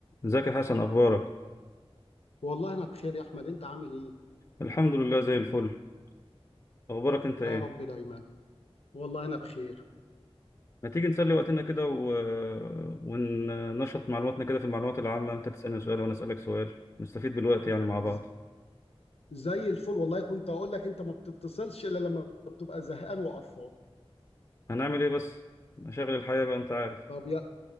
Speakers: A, on the left; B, on the left.
A: ازيك يا حسن اخبارك
B: والله انا بخير يا احمد انت عامل ايه
A: الحمد لله زي الفل اخبارك انت
B: يا
A: ايه
B: رب دايما والله انا بخير
A: ما تيجي نسلي وقتنا كده و... وننشط معلوماتنا كده في المعلومات العامة انت تسألني سؤال وانا اسألك سؤال نستفيد بالوقت يعني مع بعض
B: ز- زي الفل والله كنت اقول لك انت ما بتتصلش الا لما بتبقى زهقان وقرفان
A: هنعمل ايه بس مشاغل الحياة بقى انت عارف
B: طب يا